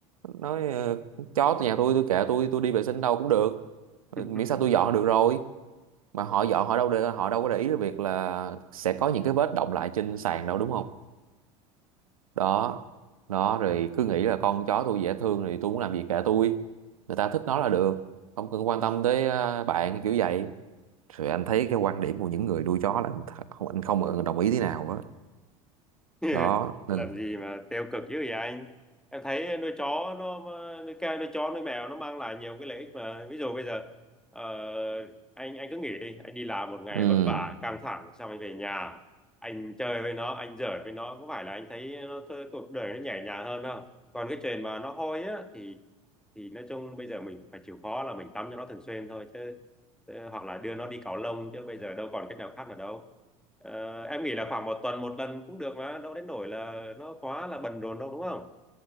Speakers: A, on the right; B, in the centre.
A: nói ờ, chó từ nhà tôi tôi kệ tôi tôi đi vệ sinh đâu cũng được Ờ,
B: <laughs>
A: miễn sao tôi dọn là được rồi mà họ dọn họ đâu để họ đâu có để ý cái việc là sẽ có những cái vết động lại trên sàn đâu đúng không đó đó rồi cứ nghĩ là con chó tôi dễ thương thì tôi muốn làm gì kệ tôi người ta thích nó là được không cần quan tâm tới ờ, bạn kiểu vậy rồi anh thấy cái quan điểm của những người nuôi chó là anh th- không anh không đồng ý thế nào á
B: <laughs>
A: đó nên
B: làm gì mà tiêu cực dữ vậy anh em thấy nuôi chó nó nuôi ca nuôi chó nuôi mèo nó mang lại nhiều cái lợi ích mà ví dụ bây giờ ờ, anh anh cứ nghỉ đi anh đi làm một ngày
A: ừ
B: vất vả căng thẳng xong anh về nhà anh chơi với nó anh giỡn với nó có phải là anh thấy nó, th- cuộc đời nó nhẹ nhàng hơn không còn cái chuyện mà nó hôi á thì thì nói chung bây giờ mình phải chịu khó là mình tắm cho nó thường xuyên thôi chứ chứ- hoặc là đưa nó đi cạo lông chứ bây giờ đâu còn cách nào khác nữa đâu Ờ, em nghĩ là khoảng một tuần một lần cũng được mà đâu đến nỗi là nó quá là bận rộn đâu đúng không